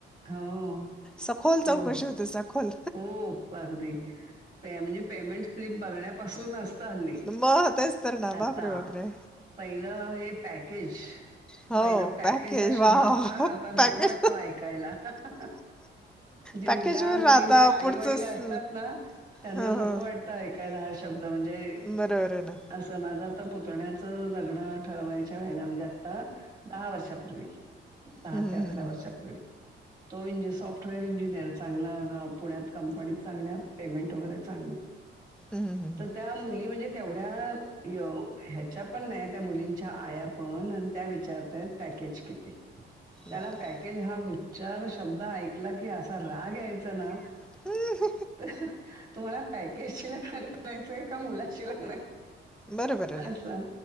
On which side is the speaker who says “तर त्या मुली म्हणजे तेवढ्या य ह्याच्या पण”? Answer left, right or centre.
Right